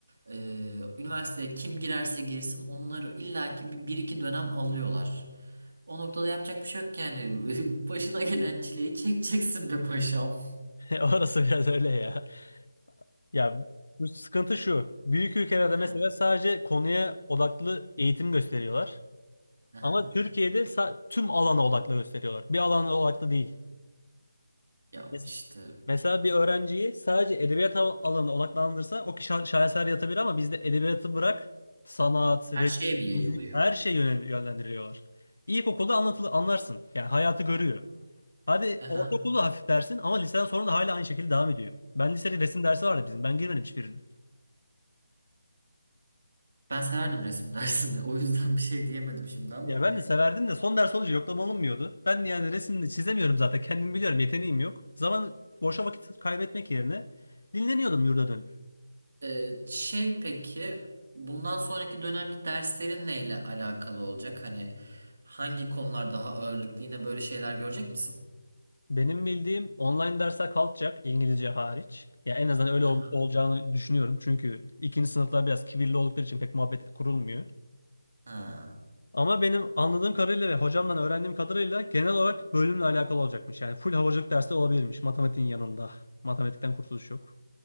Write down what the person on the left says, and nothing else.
<laughs> Orası biraz öyle ya. Ya bu sıkıntı şu. Büyük ülkelerde
mesela sadece konuya odaklı eğitim gösteriyorlar. Ama
Türkiye'de sa- tüm alana odaklı gösteriyorlar. Bir alana odaklı değil.
Mes-
mesela bir öğrenciyi sadece edebiyat al- alanına odaklandırsa o kişi şa- şaheser yatabilir ama bizde edebiyatı bırak sanat,
resim,
müzik her şeye yönel- yönlendiriyorlar. İlkokulda anlatılı anlarsın. Yani hayatı görüyor. Hadi
ortaokulda hafif dersin ama liseden sonra da hala aynı şekilde devam ediyor. Ben lisede resim dersi vardı bizim. Ben girmedim hiçbirine.
Ya ben de severdim de son ders olunca yoklama alınmıyordu. Ben de yani resimde çizemiyorum zaten. Kendim biliyorum yeteneğim yok. Zaman boşa vakit kaybetmek yerine dinleniyordum yurda dönüp.
Benim bildiğim online dersler kalkacak İngilizce hariç. Ya en azından öyle
ol- olacağını düşünüyorum. Çünkü ikinci sınıflar biraz kibirli oldukları için pek muhabbet kurulmuyor.
Ama benim anladığım kadarıyla ve hocamdan öğrendiğim kadarıyla genel olarak bölümle alakalı olacakmış. Yani full havacılık dersi olabilirmiş matematiğin yanında. Matematikten kurtuluş yok